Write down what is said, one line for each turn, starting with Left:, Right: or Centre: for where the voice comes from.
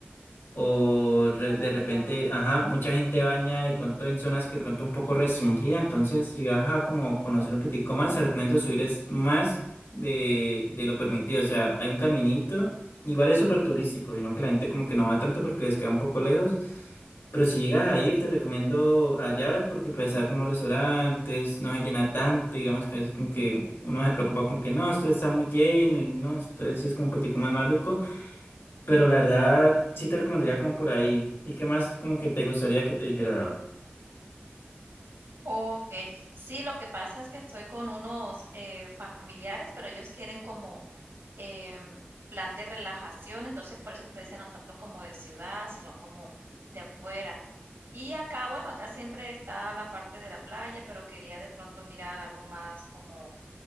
Left: o re-
Right: Oh,
Left: de repente,
Right: claro.
Left: ajá, mucha gente baña de pronto en zonas que de pronto un poco restringida, entonces, y ajá, como conocer un poquitico más, te recomiendo subir es más de, de lo permitido, o sea, hay un caminito, igual es súper turístico, y no que la gente como que no va tanto porque les queda un poco lejos, pero si llegas a ir, te recomiendo allá porque puedes estar como los restaurantes, no se llena tanto, digamos que a veces como que uno se preocupa con que no, esto está muy lleno y no, entonces sí es como un poquitico más maluco. Pero la verdad, sí te recomendaría como por ahí. ¿Y qué más como que te gustaría que te dijera?
Right: Okey. Sí, lo que pasa es que estoy con unos, eh, familiares, pero ellos quieren como, em, plan de relajación, entonces por eso te decía, no tanto como de ciudad, sino como de afuera. Y acá, bueno, acá siempre está la parte de la playa, pero quería de pronto mirar algo más como